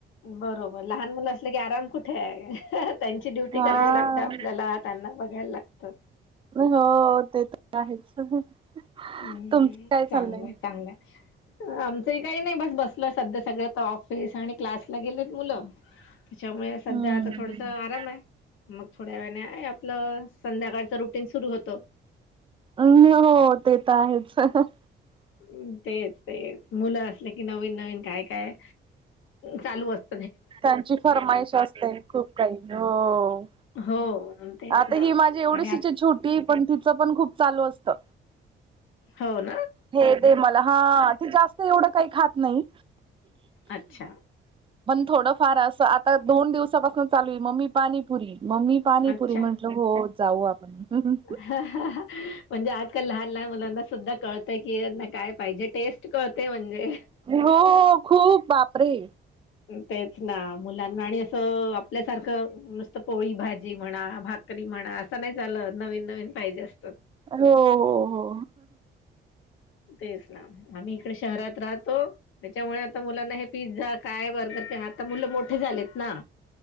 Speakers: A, on the left (about 80°); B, on the right (about 25°).
A: बरोबर लहान मुलं असलं की आराम कुठे आहे त्यांची ड्युटी
B: हा
A: करावी लागते आपल्याला. त्यांना बघायला लागत.
B: हो ते तर आहेच.
A: हम्म
B: तुमचं काय
A: चांगलंय
B: चाललंय
A: चांगलंय आमचंही काही नाही बस बस सध्या सगळ तर ऑफिस आणि क्लासला गेलेत मुलं. त्याच्यामुळे सध्या
B: हम्म
A: आता थोडस आराम आहे. मग थोड्या वेळाने आपलं संध्याकाळचं रुटीन सुरू होतं.
B: हम् हो ते तर आहेच.
A: ् तेच तेच मुलं असले कि नवीन नवीन काय काय चालू असत
B: त्यांची फरमाईश असते खूप काही हो.
A: हो तेच
B: आता
A: ना
B: ही माझी एवढीशिच
A: आणि आज
B: आहे छोटी पण तिचं पण खूप चालू असतं.
A: हो ना
B: हे दे मला हा ते जास्त एवढं काही खात नाही.
A: अच्छा.
B: थोडं फार असं आता दोन दिवसापासून चालू आहे मम्मी पाणीपुरी मम्मी पाणीपुरी
A: अच्छा
B: म्हंटलं हो जाऊ आपण.
A: म्हणजे आजकाल लहान लहान मुलांना सुद्धा कळतय कीना काय पाहिजे टेस्ट करते म्हणजे.
B: हो खूप बापरे
A: तेच ना मुलांना आणि असं आपल्यासारखं नुसतं पोळी भाजी म्हणा भाकरी म्हणा असं नाही चाल नवीन नवीन पाहिजे असतात.
B: हो हो.
A: तेच ना आम्ही इकडे शहरात राहतो त्याच्यामुळे आता मुलांना हे पिझ्झा काय बर्गर आता मुलं मोठे झालेत ना.